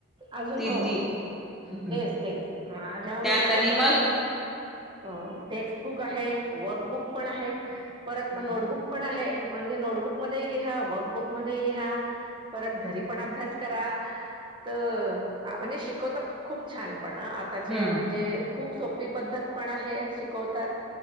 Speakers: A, on the right (about 25°); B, in the centre.
A: अजून
B: तीन
A: हो,
B: तीन हम्म.
A: तेच-तेच माझ्या मुलांना
B: त्यात आणि
A: पण,
B: मग
A: आता अ टेक्स्टबुक आहे, वर्कबुक पण आहे, परत मग
B: हम्म
A: नोटबुक पण आहे, म्हणजे नोटबुक मध्येही लिहा, वक्बुक मध्येही लिहा. परत घरी पण, अभ्यास करा. त अ म्हणजे शिकवतात, खूप छान, पण आ त्याचे,
B: हम्म.
A: म्हणजे खूप सोपी पद्धत पण आहे, शिकवतात